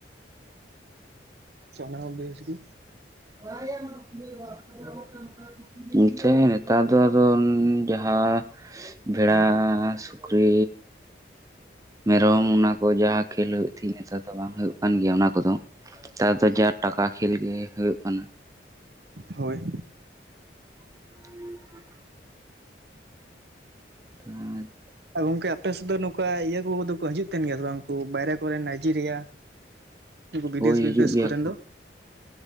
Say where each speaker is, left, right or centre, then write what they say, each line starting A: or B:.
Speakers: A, on the right; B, on the right.
A: ᱟᱪᱪᱷᱟ ᱟᱱᱟ ᱜᱮ ᱵᱮᱥ ᱜᱮ᱾
B: <unintelligible> ᱤᱱᱠᱟᱹ ᱱᱮᱛᱟᱨ ᱫᱚ ᱟᱫᱚ ᱡᱟᱦᱟᱸ ᱵᱷᱮᱲᱟ, ᱥᱩᱠᱨᱤ ᱢᱮᱨᱚᱢ ᱚᱱᱟ ᱠᱚ ᱡᱟᱦᱟᱸ ᱠᱷᱮᱞ ᱦᱩᱭᱩᱜ ᱛᱤᱧ ᱱᱮᱛᱟᱨ ᱫᱚ ᱵᱟᱝ ᱦᱩᱭᱩᱜ ᱠᱟᱱ ᱜᱮᱭᱟ ᱚᱱᱟ ᱠᱚᱫᱚ᱾ ᱛᱟᱨ ᱫᱚ ᱡᱟ ᱴᱟᱠᱟ ᱠᱷᱮᱞ ᱜᱮ ᱦᱩᱭᱩᱜ ᱠᱟᱱᱟ᱾
A: ᱦᱳᱭ᱾
B: <inaudible> <inaudible>
A: ᱜᱚᱝᱠᱮ ᱟᱯᱮ ᱥᱮᱫ ᱫᱚ ᱚᱱᱠᱟ ᱤᱭᱟᱹ ᱠᱚᱫᱚ ᱠᱚ ᱦᱤᱡᱩᱜ ᱛᱟᱦᱮᱱ ᱜᱮᱭᱟ ᱥᱮ ᱵᱟᱝᱠᱩ ᱵᱟᱭᱨᱮ ᱠᱚᱨᱮᱱ ᱱᱟᱭᱡᱮᱨᱤᱭᱟ? ᱩᱱᱠᱩ ᱵᱤᱫᱮᱥ
B: ᱦᱳᱭ
A: ᱵᱤᱫᱮᱥ
B: ᱦᱤᱡᱩᱜ ᱜᱮᱭᱟ
A: ᱠᱚᱨᱮᱱ ᱫᱚ᱾